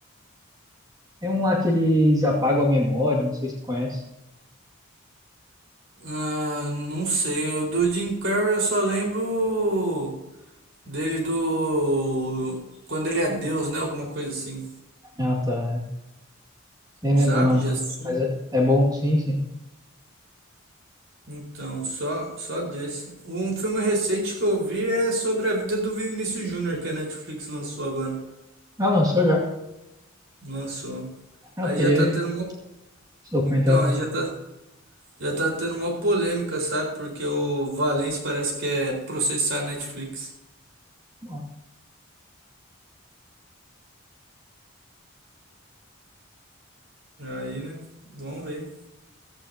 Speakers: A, on the right; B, on the right.
A: É um lá que eles apagam a memória, não sei se tu conhece.
B: Ah, não sei, o do Jim Carrey eu só lembro. Dele do. Quando ele é Deus, né? Alguma coisa assim.
A: Ah, tá. Nem
B: Sabe?
A: lembro o nome.
B: Já assistiu?
A: Mas é, é bom, sim, sim.
B: Então, só, só desse. Um filme recente que eu vi é sobre a vida do Vinícius Júnior, que a Netflix lançou agora.
A: Ah, lançou já.
B: Lançou.
A: Ah,
B: Aí
A: eu queria
B: já tá
A: ver
B: tendo uma.
A: esse documentário.
B: Então, aí já tá. Já tá tendo uma polêmica, sabe? Porque o Valência parece que é processar a Netflix.
A: Ah,
B: Aí, né? Vamos ver.